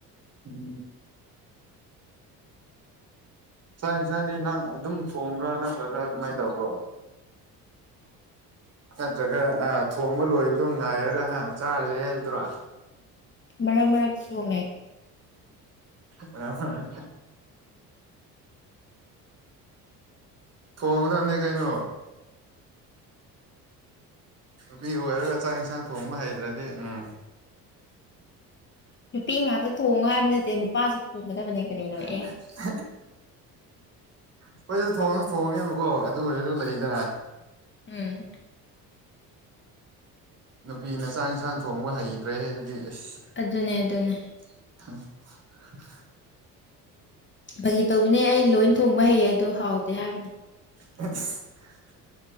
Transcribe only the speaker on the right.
ꯎꯝ ꯆꯥꯛ ꯏꯟꯁꯥꯡꯗꯤ ꯅꯪ ꯑꯗꯨꯝ ꯊꯣꯡꯕ꯭ꯔꯥ ꯅꯠꯇ꯭ꯔꯒ ꯀꯃꯥꯏꯅ ꯇꯧꯕ꯭ꯔꯣ ꯅꯠꯇ꯭ꯔꯒ ꯑꯥ ꯊꯣꯡꯕ ꯂꯣꯏꯕꯗꯣ ꯉꯥꯏꯔꯒ ꯍꯥ ꯆꯥꯔꯁꯦ ꯍꯥꯏꯕꯗꯨꯔꯥ
ꯃꯔꯛ ꯃꯔꯛꯇ ꯊꯣꯡꯒꯗꯕꯅꯦ ꯀꯩꯅꯣ ꯅꯨꯄꯤ ꯑꯣꯏꯔꯒ ꯆꯥꯛ ꯏꯟꯁꯥꯡ ꯊꯣꯡꯕ ꯍꯩꯇ꯭ꯔꯗꯤ ꯎꯝ
<inaudible>
ꯑꯈꯣꯏꯁꯨ ꯊꯣꯡꯉꯁꯨ ꯊꯣꯡꯉꯦꯕꯀꯣ ꯑꯗꯨ ꯑꯣꯏꯔꯁꯨ ꯂꯩꯗꯅ
ꯅꯨꯄꯤꯅ ꯆꯥꯛ ꯏꯟꯁꯥꯡ ꯊꯣꯡꯕ ꯍꯩꯇ꯭ꯔꯦ ꯍꯥꯏꯗꯨꯗꯤ ꯏꯁ
<unintelligible>
<unintelligible>